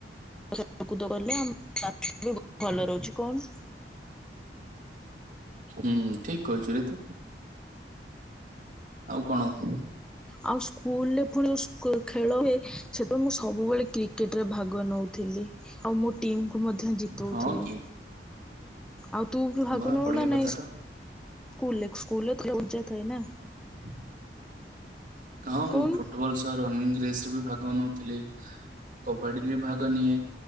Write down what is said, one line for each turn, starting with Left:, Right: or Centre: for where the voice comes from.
Centre: ଖେଳକୁଦ କଲେ ଆମ <inaudible> ବି ଭଲ ରହୁଛି କହୁନୁ।
Right: ହୁଁ, ଠିକ କହିଛୁ ରେ ତୁ। ଆଉ କଣ <inaudible>
Centre: ଆଉ ସ୍କୁଲ୍ ରେ ପୁଣି ସ୍କୁ ଖେଳ ହୁଏ ସେବେ ମୁଁ ସବୁବେଳେ କ୍ରିକେଟ୍ ରେ ଭାଗ ନଉଥିଲି। ଆଉ ମୁଁ ଟିମ୍ କୁୁ ମଧ୍ୟ ଜିତଉଥିଲି।
Right: ହଁ କି
Centre: ଆଉ ତୁ ବି ଭାଗ
Right: ବା
Centre: ନଉ
Right: ବଢିଆ
Centre: ନା
Right: କଥା
Centre: ନାଇଁ
Right: ତ।
Centre: କୁଲ୍ ରେ ସ୍କୁଲ୍ ରେ <inaudible> ଉର୍ଜା ଥାଏ ନା।
Right: <inaudible> ହଁ ମୁଁ
Centre: କହୁନୁ
Right: ଫୁଟବଲ୍ ସହ ରନିଙ୍ଗ ରେସ୍ ରେ ବି ଭାଗ ନଉଥିଲି। କବାଡିରେ ବି ଭାଗ ନିଏ।